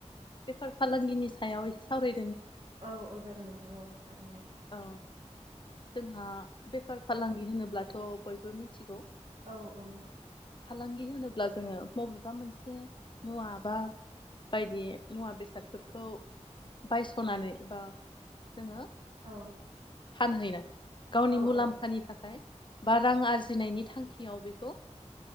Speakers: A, on the left (about 40°); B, on the right (about 60°).
A: बेफार फालांगिनि सायाव एसे सावराय
B: औ औ जागोन नोंथां औ। जागोन दे
A: औ जोंहा बे बेफार फालांगि होनोब्लाथ' बयबो मिथि गौ
B: औ औ नंगौ
A: फालांगि होनोब्ला जोङो मबेबा मोनसे मुवा बा बायदि मुवा बेसादफोरखौ बायसनानै बा जोङो
B: औ
A: फानहैनाय गावनि
B: औ
A: मुलाम्फानि
B: औ
A: थाखाय बा रां आरजिनायनि थांखियाव बेखौ